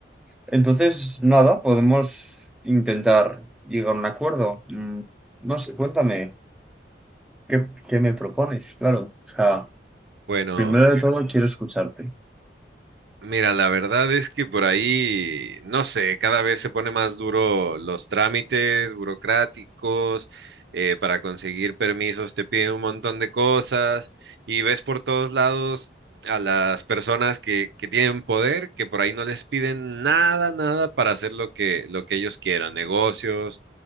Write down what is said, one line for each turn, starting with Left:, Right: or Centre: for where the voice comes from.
Centre: Entonces, nada, podemos intentar llegar a un acuerdo. Mm, No sé, cuéntame, ¿qué, qué me propones? Claro, o sea,
Right: Bueno,
Centre: primero de todo quiero escucharte.
Right: Mira, la verdad es que por ahí, no sé, cada vez se pone más duro los trámites burocráticos, eh, para conseguir permisos te piden un montón de cosas y ves por todos lados a las personas que, que tienen poder, que por ahí no les piden nada, nada para hacer lo que, lo que ellos quieran, negocios